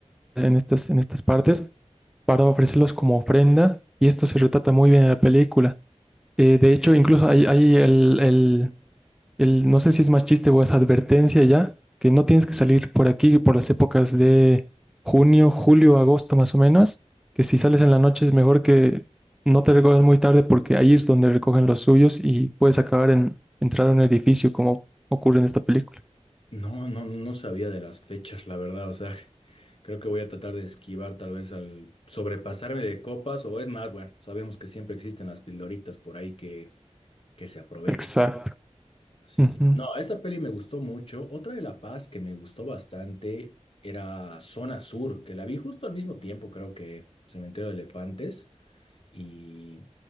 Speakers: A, in the centre; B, on the left.
A: en estas, en estas partes, para ofrecerlos como ofrenda, y esto se retrata muy bien en la película. Eh, de hecho, incluso hay, hay el, el- el- no sé si es más chiste o es advertencia ya, que no tienes que salir por aquí por las épocas de junio, julio, agosto más o menos, que si sales en la noche es mejor que no te recojas muy tarde porque ahí es donde recogen los suyos y puedes acabar en entrar a un edificio como ocurre en esta película.
B: No, no, no sabía de las fechas, la verdad. O sea, <laughs> creo que voy a tratar de esquivar tal vez al sobrepasarme de copas o es más, bueno, sabemos que siempre existen las pildoritas por ahí que, que se aprovechan.
A: Exacto.
B: ¿no? Así
A: Ujú.
B: que, no, esa peli me gustó mucho. Otra de La Paz que me gustó bastante era Zona Sur, que la vi justo al mismo tiempo, creo que Cementerio de Elefantes y